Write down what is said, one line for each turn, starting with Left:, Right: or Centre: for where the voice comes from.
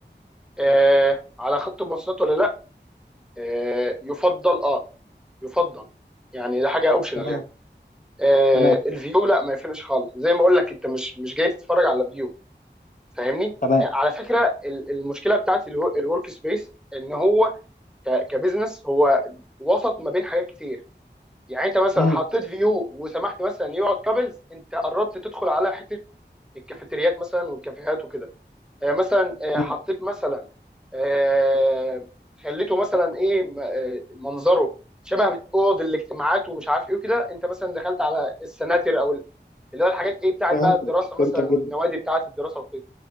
Centre: آه على خط المواصلات ولا لا آه يفضل اه يفضل يعني ده حاجه اوبشنال
Left: تمام
Centre: يعني آه
Left: تمام
Centre: الفيو لا ما يفرقش خالص زي ما اقول لك انت مش مش جاي تتفرج على فيو فاهمني
Left: تمام
Centre: على فكره ال- المشكله بتاعت الورك سبيس ان هو ك- كبزنس هو وسط ما بين حاجات كتير يعني انت مثلا
Left: امم
Centre: حطيت فيو وسمحت مثلا يقعد كابلز انت قربت تدخل على حته الكافيتريات مثلا والكافيهات وكده آه، مثلا آه،
Left: امم
Centre: حطيت مثلا آه، خليته مثلا ايه م- آه، منظره شبه اوض الاجتماعات ومش عارف ايه وكده انت مثلا دخلت على السناتر او ال- اللي هو الحاجات ايه بتاعت
Left: فهمتك
Centre: بقى الدراسه مثلا
Left: فهمتك جدا
Centre: والنوادي بتاعت الدراسه وكده